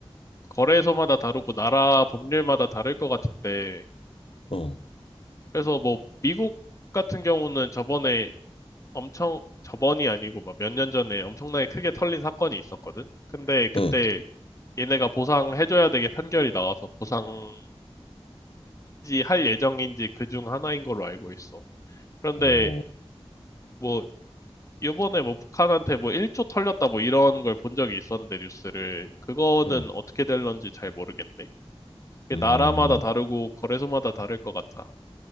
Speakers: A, on the left; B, on the left.
A: 거래소마다 다르고 나라 법률마다 다를 것 같은데,
B: 어,
A: 그래서 뭐 미국 같은 경우는 저번에 엄청, 저번이 아니고 막 몇 년 전에 엄청나게 크게 털린 사건이 있었거든? 근데 그때
B: 응,
A: 얘네가 보상해줘야 되게 판결이 나와서 보상했는지 할 예정인지 그 중 하나인 걸로 알고 있어. 그런데
B: 어,
A: 뭐 요번에 뭐 북한한테 뭐 1조 털렸다 뭐 이런 걸 본 적이 있었는데 뉴스를 그거는
B: 응,
A: 어떻게 될런지 잘 모르겠네. 그게
B: 음,
A: 나라마다 다르고 거래소마다 다를 것 같아.